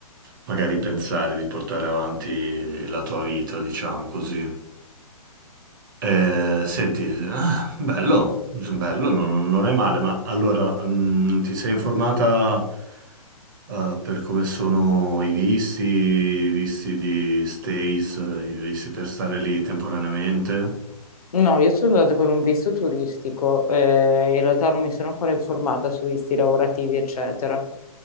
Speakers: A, on the right; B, on the left.
A: magari pensare di portare avanti la tua vita, diciamo così. Eh, senti, ah, bello, bello, non, non è male, ma allora mm, ti sei informata eh, per come sono i visti, i visti di stays, i visti per stare lì temporaneamente?
B: No, io sono andata con un visto turistico, eh, in realtà non mi sono ancora informata su visti lavorativi, eccetera.